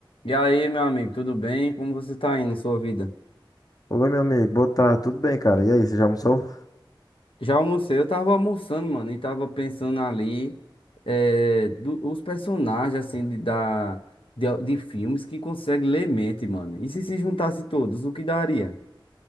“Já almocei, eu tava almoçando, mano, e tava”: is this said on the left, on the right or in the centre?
Left